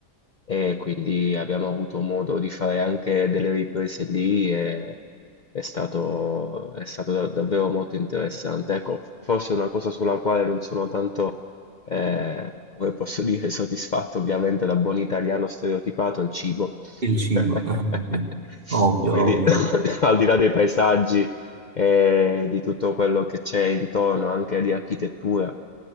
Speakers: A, on the left (about 45°); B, on the right (about 45°).
A: e quindi abbiamo avuto modo di fare anche delle riprese lì e è stato, è stato da- davvero molto interessante. Ecco, forse una cosa sulla quale non sono tanto, eh, come posso dire, <laughs> soddisfatto, ovviamente da buon italiano stereotipato, è il cibo.
B: Il cibo,
A: <laughs>
B: eh, ovvio, ovvio,
A: Quindi,
B: ovvio.
A: <coughs> al di là dei paesaggi e di tutto quello che c'è intorno, anche di architettura.